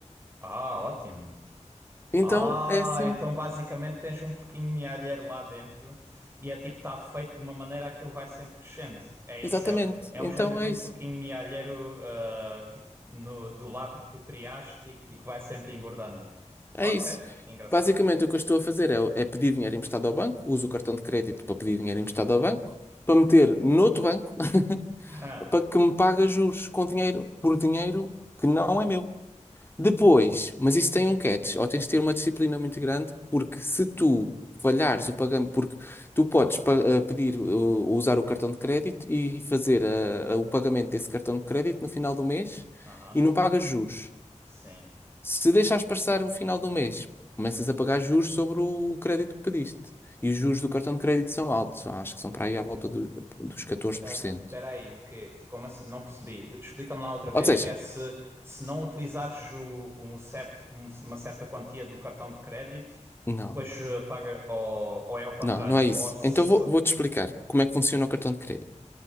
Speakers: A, on the right (about 20°); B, on the left (about 20°).
A: Ah, ótimo.
B: Então
A: Ah,
B: é assim,
A: então basicamente tens um porquinho mealheiro lá dentro e é tipo, está feito de uma maneira aquilo vai sempre crescendo. É isso,
B: exatamente.
A: é, é
B: Então
A: um género de
B: é
A: um
B: isso,
A: porquinho mealheiro ah, tipo, no, do lado que tu criaste e, que e que vai sempre engordando.
B: é
A: Ok,
B: isso.
A: engraçado.
B: Basicamente o que eu estou a fazer é, é pedir dinheiro emprestado ao banco, uso o cartão de crédito para pedir dinheiro emprestado ao banco, para meter noutro banco <laughs>
A: <laughs>
B: É para que me paga juros com dinheiro, por dinheiro que não é meu. Depois, mas isso tem um catch, ou tens de ter uma disciplina muito grande, porque se tu falhares o pagamento, porque tu podes pa- eh, pedir eh, ou usar o cartão de crédito e fazer eh, eh, o pagamento desse cartão de crédito no final do mês
A: Aham,
B: e não pagas juros.
A: sim.
B: Se deixares passar o final do mês, começas a pagar juros sobre o o crédito que pediste. E os juros do cartão de crédito são altos, acho que são para aí à volta do- dos catorze
A: P- ah,
B: por cento
A: Peraí, o quê? De- Como assim? Não percebi. De- Explica-me lá outra vez.
B: Ou seja,
A: É se, se não utilizares o- um certo, um- uma certa quantia do cartão de crédito
B: não.
A: e depois eh, paga, ou, ou é ao contrário,
B: Não, não é isso.
A: ou se...
B: Então vou,
A: pa-
B: vou-te explicar como é que funciona o cartão de crédito.